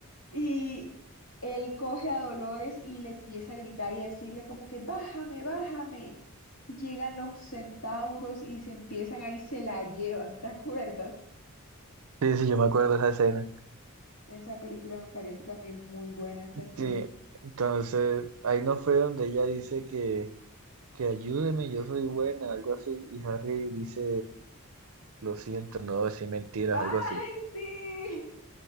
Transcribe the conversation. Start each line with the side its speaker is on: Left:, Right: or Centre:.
Left: Y él coge a Dolores y le empieza a gritar y a decirle como que bájame, bájame. Y llegan los centauros y se empiezan ahí, se la llevan, ¿te acuerdas?
Right: Sí, sí, yo me acuerdo de esa escena.
Left: Esa película me parece también muy buena esa escena.
Right: Sí, entonces ahí no fue donde ella dice que, que ayúdeme, yo soy buena, algo así, y Harry dice, lo siento, no voy a decir mentiras,
Left: ¡Ay,
Right: algo así,
Left: sí!